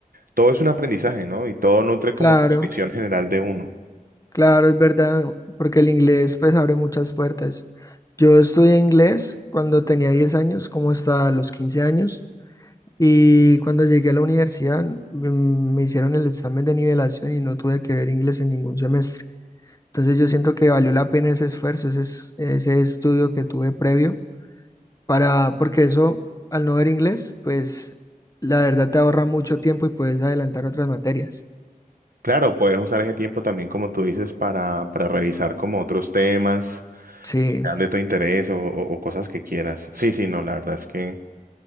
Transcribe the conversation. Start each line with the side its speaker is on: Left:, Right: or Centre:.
Right: todo es un aprendizaje, ¿no? Y todo nutre
Left: Claro,
Right: como que la visión general de uno.
Left: claro, es verdad, porque el inglés pues abre muchas puertas. Yo estudié inglés cuando tenía 10 años, como hasta los 15 años, y cuando llegué a la universidad mm, me hicieron el examen de nivelación y no tuve que ver inglés en ningún semestre. Entonces yo siento que valió la pena ese esfuerzo, ese, es- ese estudio que tuve previo para, porque eso, al no ver inglés, pues la verdad te ahorra mucho tiempo y puedes adelantar otras materias.
Right: Claro, puedes usar ese tiempo también, como tú dices, para, para revisar como otros temas
Left: Sí,
Right: sean de tu interés o, o- o cosas que quieras. Sí, sí, no, la verdad es que,